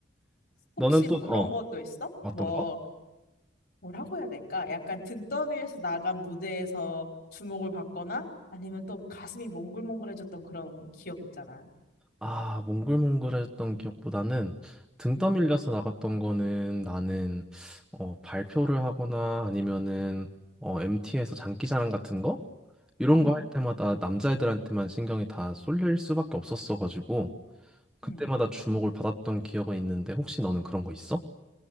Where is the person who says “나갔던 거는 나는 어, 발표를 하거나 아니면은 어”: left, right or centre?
Centre